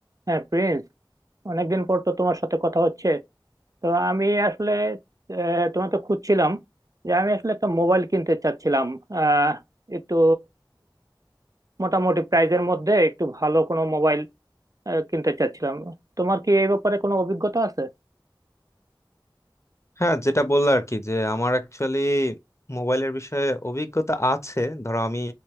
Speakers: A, on the right (about 45°); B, on the left (about 35°).
A: হ্যাঁ প্রিন্স অনেকদিন পর তো তোমার সাথে কথা হচ্ছে তো আমি আসলে আহ, তোমাকে খুঁজছিলাম যে আমি আসলে একটা মোবাইল কিনতে চাচ্ছিলাম আহ, একটু মোটামুটি প্রাইজের মধ্যে একটু ভালো কোনো মোবাইল কিনতে চাচ্ছিলাম তোমার কি এই ব্যাপারে কোনো অভিজ্ঞতা আছে
B: হ্যাঁ যেটা বললো আর কি যে আমার অ্যাকচুয়ালি মোবাইলের বিষয়ে অভিজ্ঞতা আছে ধরো আমি